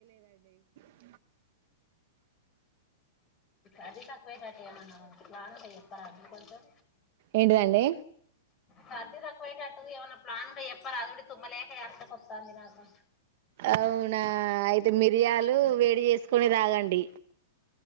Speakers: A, on the right; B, on the left.
A: హ్మ్
B: అది తక్కువే కట్టే మనం లాంట చెప్పరాం కొంచెం
A: ఏంటిదండి
B: సర్ది తక్వైట్ అటు ఎవన్న ప్లాన్ అయ్యప్పరా అద నుండి తుమ్ లేఖ చేస్తా కొత్తా అంది నాక
A: అవునా అయితే మిరియాలు వేడి చేసుకొని తాగండి